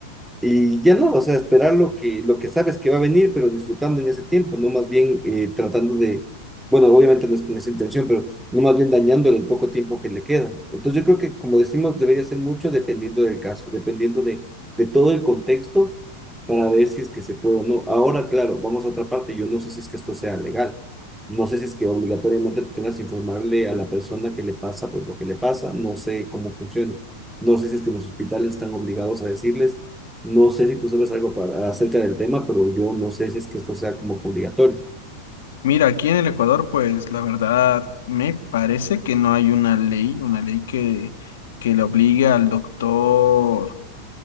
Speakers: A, in the centre; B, on the left.
A: Y ya no, o sea, esperar lo que, lo que sabes que va a venir, pero disfrutando en ese tiempo, no más bien eh, tratando de, bueno, obviamente no es con esa intención, pero no más bien dañándole el poco tiempo que le queda. Entonces yo creo que, como decimos, debería ser mucho dependiendo del caso, dependiendo de, de todo el contexto para ver si es que se puede o no. Ahora, claro, vamos a otra parte, yo no sé si es que esto sea legal, no sé si es que obligatoriamente tú tengas que informarle a la persona que le pasa, pues lo que le pasa, no sé cómo funciona, no sé si es que los hospitales están obligados a decirles no sé si tú sabes algo para, acerca del tema, pero yo no sé si es que esto sea como que obligatorio.
B: Mira, aquí en el Ecuador, pues la verdad me parece que no hay una ley, una ley que, que le obligue al doctor.